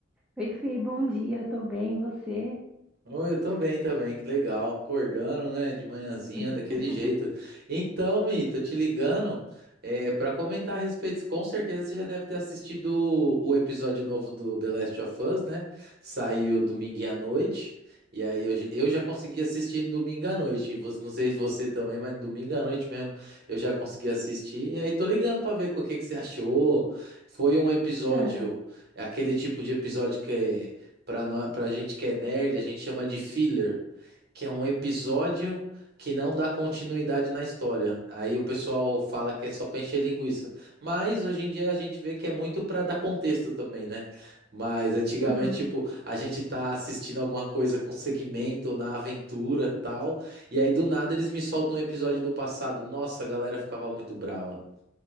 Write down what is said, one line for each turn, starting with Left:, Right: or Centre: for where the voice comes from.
Centre: Oi, Fê, bom dia, tô bem, e você?
Right: Oh, eu tô bem também, que legal. Acordando, né, de manhãzinha,
Centre: <laughs>
Right: daquele jeito. Então, Mi, tô te ligando é, para comentar a respeito. Com certeza você já deve ter assistido o o episódio novo do The Last of Us, né? Saiu domingo à noite. E aí eu, já- eu já consegui assistir no domingo à noite. E você- não sei se você também, mas domingo à noite mesmo eu já consegui assistir. E aí tô ligando pra ver o que que você achou. Foi um episódio,
Centre: Ah,
Right: é aquele tipo de episódio que é. Pra, nó- pra gente que é nerd, a gente chama de filler, que é um episódio que não dá continuidade na história. Aí o pessoal fala que é só pra encher linguiça. Mas hoje em dia a gente vê que é muito pra dar contexto também, né? Mas antigamente,
Centre: uhum.
Right: tipo, a gente tá assistindo alguma coisa com segmento na aventura tal, e aí do nada eles me soltam um episódio do passado. Nossa, a galera ficava muito brava.